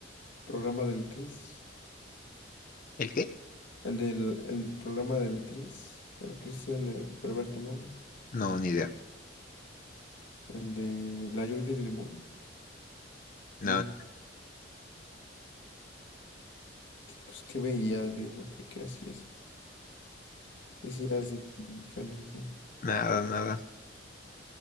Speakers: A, on the left; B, on the left.
A: programa del Chris.
B: ¿El qué?
A: El del, el programa del Chris, el Christian de Wherever Tomorrow.
B: No, ni idea.
A: El de la Yoli de Limón.
B: No,
A: Mira. que, Pues, ¿qué veías, viejo? ¿Qué, qué hacías? ¿Qué serás de ti, canijo?
B: nada, nada.